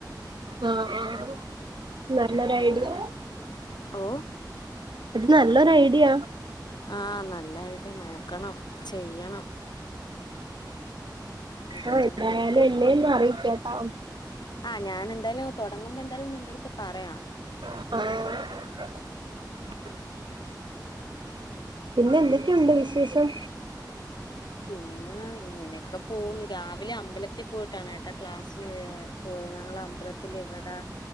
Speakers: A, on the right (about 85°); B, on the left (about 70°).
A: ആഹ് ആഹ് നല്ലോരായ്ഡിയാ
B: അങ്ങനെ ഓ
A: അത് നല്ലൊരു ഐഡിയ
B: ആഹ് നല്ലായിട്ട് നോക്കണം ചെയ്യണം എന്തേലും
A: ആഹ് എന്തായാലും
B: നോക്കാം
A: എന്നെയൊന്ന് അറിയിക്കെട്ടോ
B: ആഹ് ഞാന് എന്തായാലും തുടങ്ങുമ്പോ എന്തായാലും നിന്റെടുത്ത് പറയാം
A: ആഹ് പിന്നെ എന്തൊക്കെയുണ്ട് വിശേഷം
B: പിന്നെ ഇങ്ങനൊക്കെ പോന്നു രാവിലെ അമ്പലത്തിൽ പോയിട്ടാണ് കേട്ടാ ക്ലാസ്സിന് പോയ പോയ ഞങ്ങള അമ്പലത്തില് ഇവിടെ